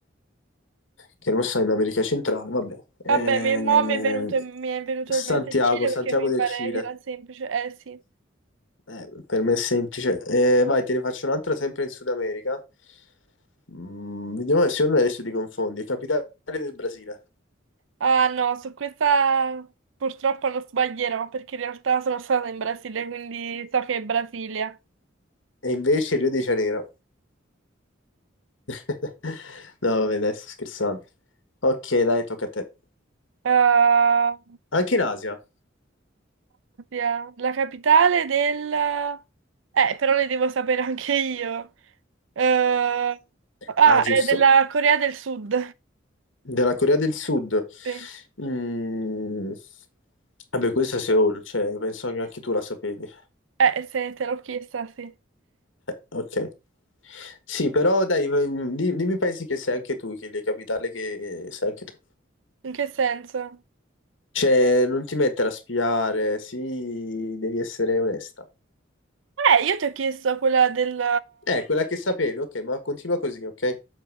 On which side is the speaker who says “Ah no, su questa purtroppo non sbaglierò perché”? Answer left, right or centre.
Right